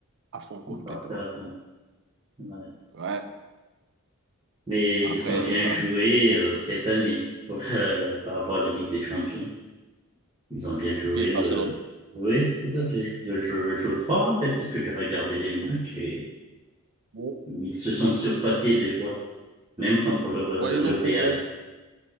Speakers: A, on the right; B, on the right.
A: à fond complètement.
B: Barça, après. Ouais.
A: Ouais.
B: Mais
A: Après,
B: ils ont bien
A: c'est ça
B: joué
A: la. Bon.
B: euh, cette année pour, euh, par rapport à la Ligue des Champions. Ils ont bien joué
A: Qui est Barcelone?
B: le... Oui, tout à fait. Je, je crois en fait, puisque j'ai regardé les matchs et
A: Bon.
B: ils se sont surpassés des fois, même contre le, euh,
A: Ouais,
B: le
A: ils ont.
B: Real,
A: besoin